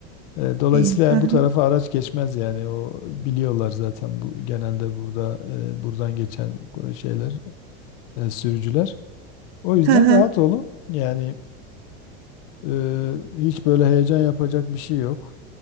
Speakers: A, on the left; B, on the right.
A: E, dolayısıyla
B: değil. Ha
A: yani bu
B: ha
A: tarafa araç geçmez yani o biliyorlar zaten bu genelde burada e, buradan geçen şeyler e, sürücüler. O yüzden
B: ha ha,
A: rahat olun. Yani Ee, hiç böyle heyecan yapacak bir şey yok.